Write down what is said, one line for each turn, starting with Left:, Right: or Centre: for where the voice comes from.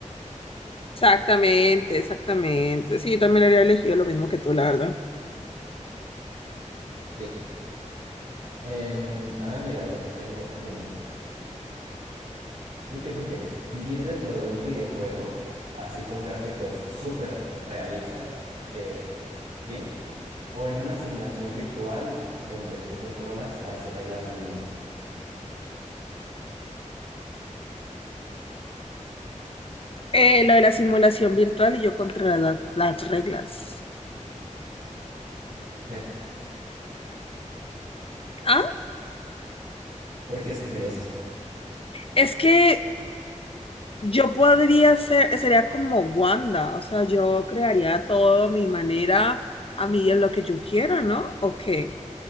Left: Exactamente, exactamente. Sí, yo también habría elegido lo mismo que tú, la verdad.
Right: Sí. Em, a ver, mira, yo te tengo uno. ¿Tú qué prefieres? ¿Vivir dentro de un videojuego, así con gráficos súper realistas, que, fin, o en una simulación virtual donde tú controlas las reglas del mundo?
Left: Eh, lo de la simulación virtual y yo contra la- las reglas.
Right: ¿Qué?
Left: Ah,
Right: ¿Por qué escogerías eso?
Left: es que yo podría ser, sería como Wanda, o sea, yo crearía todo a mi manera, a mí es lo que yo quiera, ¿no? ¿O qué?